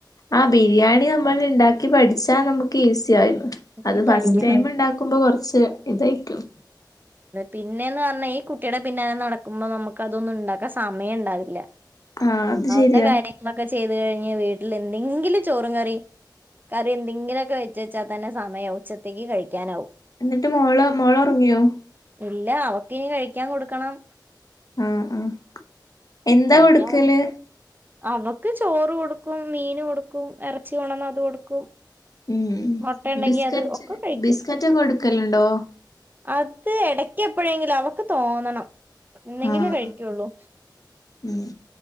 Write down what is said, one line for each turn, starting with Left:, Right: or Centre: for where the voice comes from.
Left: ആ ബിരിയാണി നമ്മൾ ഉണ്ടാക്കി പഠിച്ചാ നമുക്ക് ഈസി യിരുന്നു
Right: ഇനി
Left: അത് ഫസ്റ്റ്
Right: പഠിക്കണം
Left: ടൈം ഉണ്ടാക്കുമ്പോ കൊറച്ച് ഇതായിരിക്കും.
Right: പിന്നെയന്ന് പറഞ്ഞാ ഈ കുട്ടിയുടെ പിന്നാലെ നടക്കുമ്പോ നമുക്ക് അതൊന്നും ഉണ്ടാക്കാ സമയം ഉണ്ടാവില്ല.
Left: ആഹ് അത്
Right: അവടെ
Left: ശരിയാ
Right: കാര്യങ്ങളൊക്കെ ചെയ്ത് കഴി വീട്ടിൽ എന്തെങ്കിലും ചോറും കറി കറി എന്തെങ്കിലൊക്കെ വെച്ചച തന്നെ സമയം ഉച്ചത്തേക്ക് കഴിക്കാനാവും.
Left: എന്നിട്ട് മോള് മോള ഉറങ്ങിയോ?
Right: ഇല്ല അവക്കിനി കഴിക്കാൻ കൊടുക്കണം.
Left: ആഹ് ആഹ് എന്താ
Right: കഴിക്കാൻ
Left: കൊടുക്കല്?
Right: അവക്ക് ചോറ് കൊടുക്കും മീൻ കൊടുക്കും ഇറച്ചി കൊണ്ടന്ന അത് കൊടുക്കും.
Left: ഉം
Right: മുട്ട ഉണ്ടെങ്കി
Left: ബിസ്കറ്റ്
Right: അത് ഒക്കെ കഴിക്കും
Left: ബിസ്കറ്റ് കോടുക്കലുണ്ടോ
Right: അത് എടക്ക് എപ്പോഴെങ്കിലും അവക്ക് തോന്നണം എന്നെങ്കിലെ
Left: ആഹ്
Right: കഴിക്കുള്ളു
Left: ഉം